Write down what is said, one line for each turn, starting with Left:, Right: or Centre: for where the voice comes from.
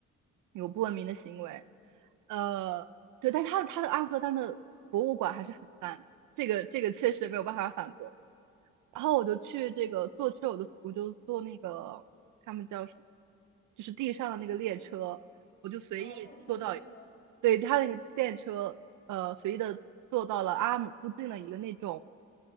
Right: 有不文明的行为，呃，
Left: 对。
Right: 对，但他的他的阿姆斯特丹的博物馆还是很赞的，这个这个确实没有办法反驳。然后我就去这个坐车，我就我就坐那个他们叫什么，就是地上的那个列车，我就随意坐到。
Left: 哦，电车，电车，
Right: 对，他那个电车，呃，随意的坐到了阿姆附近的一个那种。